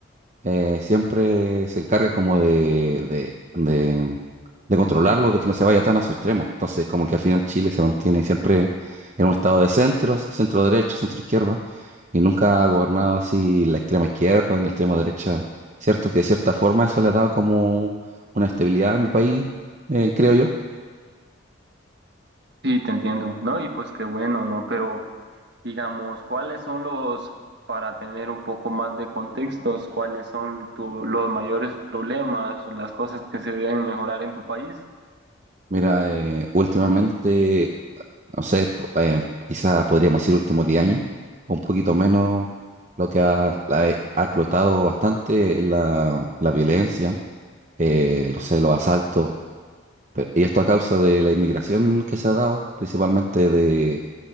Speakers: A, on the right; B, on the right.
A: eh, siempre se encarga como de, de, de, de controlarlo, de que no se vaya tan a sus extremos. Entonces, como que al final Chile se mantiene siempre en un estado de centros, centro derecha, centro izquierda, y nunca ha gobernado así la extrema izquierda ni la extrema derecha. Cierto que de cierta forma eso le ha dado como una estabilidad a mi país, eh, creo yo.
B: Sí, te entiendo, ¿no? Y pues qué bueno, ¿no? Pero digamos, ¿cuáles son los, para tener un poco más de contextos, cuáles son tu- los mayores problemas o las cosas que se deben mejorar en tu país?
A: Mira, eh, últimamente no sé, po- eh, quizás podríamos decir últimos 10 años, un poquito menos lo que ha, la- ha explotado bastante es la, la violencia, eh, no sé, los asaltos, pe- y esto a causa de la inmigración que se ha dado, principalmente de